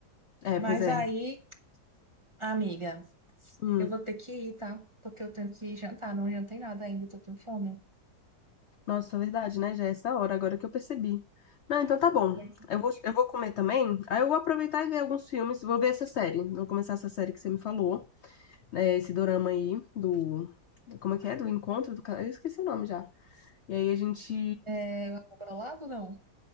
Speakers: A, on the left (about 70°); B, on the right (about 25°).
A: é,
B: Mas
A: pois é.
B: aí, amiga,
A: Hum,
B: eu vou ter que ir, tá? Porque eu tenho que jantar. Não jantei nada ainda, tô com fome.
A: nossa, é verdade, né? Já é essa hora, agora que eu percebi. Não, então tá bom.
B: Pois
A: Eu vou, eu vou comer também. Aí eu vou aproveitar e ver alguns filmes. Vou ver essa série. Vou começar essa série que você me falou. é, esse dorama aí do. Como é que é? Do encontro do cara. Eu esqueci o nome já. E aí a gente.
B: é. É, eu vou pra lá ou não?